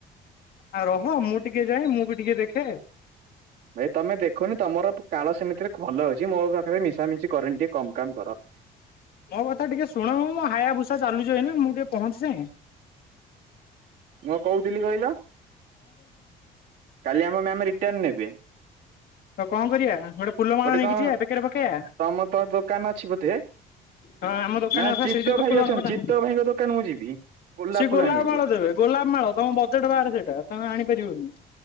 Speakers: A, on the left; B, on the right.
A: ଆ ରହ ମୁଁ ଟିକେ ଯାଏ ମୁଁ ବି ଟିକେ ଦେଖେ।
B: ଭାଇ ତମେ ଦେଖନି ତମର କାଳ ସେମିତିରେ ଭଲ ଅଛି ମୋ ପାଖରେ ମିଶା ମିଶି ରରେନି ଟିକେ କମ କାମ କର। <unintelligible>
A: ମୋ କଥା ଟିକେ ଶୁଣ ମ ମୁଁ ହାୟା ଭୁସା ଚାଲୁଛି ଏନା ମୁଁ ଟିକେ ପହଞ୍ଛି ଯାଏ।
B: ମୁଁ କହୁଥିଲି କହିଲ କାଲି ଆମ ମାମ ରିର୍ଟାଡ ନେବେ।
A: ତ କଣ କରିବା ଫୁଲମାଳ
B: ଗୋଟେ
A: ନେଇକି
B: କଣ
A: ଯିବା ବେକରେ ପକେଇବା
B: ତମର ତ ଦୋକାନ ଅଛି ବୋଧେ।
A: ହଁ ଆମ ଦୋକାନ
B: ନା
A: କଥା
B: ଚିତ୍ତ
A: ସେଇ ଯୋଉ ତ
B: ଭାଇ
A: ଫୁଲମାଳ
B: ଅଛନ୍ତି
A: କଥା
B: ଚିତ୍ତ ଭାଇଙ୍କ ଦୋକାନ ମୁଁ ଯିବି ଗୋଲାପ
A: ସିଏ
B: ଫୁଲ ଆଣିବାକୁ।
A: ମାଳ ଦେବେ ଗୋଲାପ ମାଳ ତମ ବଜେଟ୍ ବାହାରେ ସେଇଟା ତମେ ଆଣି ପାରିବନି।